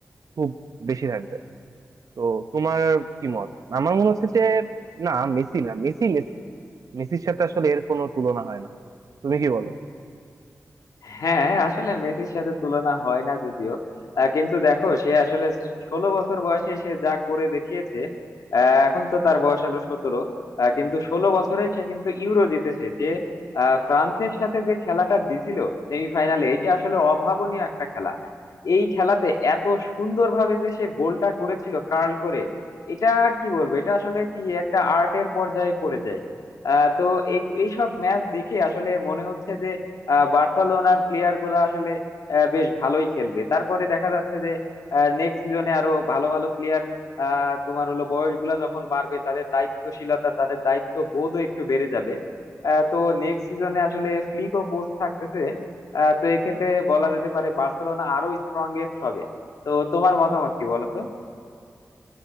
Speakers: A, on the right; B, on the left.
A: খুব বেশি থাকবে তো তোমার কি মত আমার মনে হচ্ছে যে না মেসি না মেসি মেসি মেসির সাথে আসলে এর কোনো তুলনা হয় না তুমি কি বলো
B: হ্যাঁ আসলে মেসির সাথে তুলনা হয় না যদিও আহ, কিন্তু দেখো সে আসলে ষোলো বছর বয়সে সে যা করে দেখিয়েছে আহ, এখন তো তার বয়স হলো সতেরো আহ, কিন্তু ষোলো বছরে সে কিন্তু ইউরো জিতেছে সে আহ, ফ্রান্সের সাথে যে খেলাটা দিছিল সেমিফাইনালে এটা আসলে অভাবনীয় একটা খেলা এই খেলাতে এত সুন্দরভাবে যে সে গোলটা করেছিল কার্ল করে এটা কি বলবো এটা আসলে কি একটা আর্টের পর্যায়ে পড়ে যায় আহ তো এই এইসব ম্যাচ দেখে আসলে মনে হচ্ছে আহ, বার্সেলোনার প্লেয়ার গুলা আসলে আহ, বেশ ভালোই খেলবে তারপরে দেখা যাচ্ছে যে নেক্সট সিজনে আরো ভালো ভালো প্লেয়ার আহ তোমার হলো বয়স গুলা যখন বাড়বে তাদের দায়িত্বশীলতা তাদের দায়িত্ব বোধও একটু বেড়ে যাবে আহ, তো নেক্সট সিজনে আসলে ফ্লিকও কোর্স থাকতেছে আহ, তো এক্ষেত্রে বলা যেতে পারে বার্সেলোনা আরো স্ট্রংগেস্ট হবে তো তোমার মতামত কি বলো তো